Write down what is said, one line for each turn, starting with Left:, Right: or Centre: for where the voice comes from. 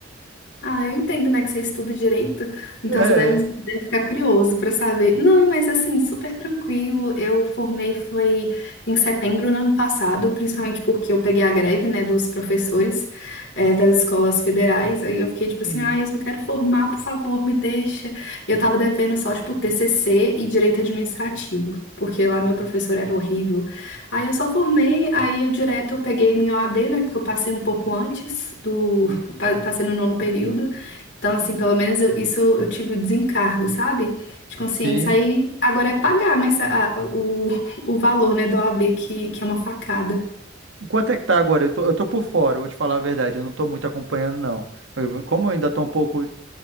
Left: Ah, eu entendo, né, que você estuda direito, então
Right: É.
Left: você deve, deve ficar curioso para saber. Não, mas assim, super tranquilo. Eu formei foi em setembro do ano passado, principalmente porque eu peguei a greve, né, dos professores, eh, das escolas federais. Aí eu fiquei tipo assim,
Right: Uhum.
Left: ah, eu só quero formar, por favor, me deixa. E eu tava devendo só, tipo, TCC e direito administrativo, porque lá meu professor era horrível. Aí eu só formei, aí eu direto eu peguei minha OAB, né, porque eu passei um pouco antes do
Right: Uhum.
Left: pa- passei no nono período. Então, assim, pelo menos eu- isso eu, eu tive o desencargo, sabe? De consciência.
Right: Sim.
Left: Aí agora é pagar mas a- a- o, <laughs> o valor, né, da OAB, que, que é uma facada.
Right: Quanto é que tá agora? Eu tô, eu tô por fora, vou te falar a verdade. Eu não tô muito acompanhando, não. Eu- como eu ainda tô um pouco.